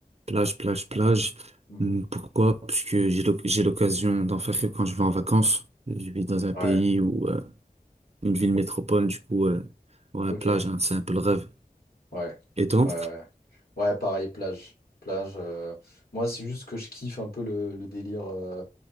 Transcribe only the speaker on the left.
Mhm.
Ouais,
ok,
ouais,
ouais,
ouais. Ouais, pareil, plage. Plage. euh, Moi, c'est juste que je kiffe un peu le, le délire, euh,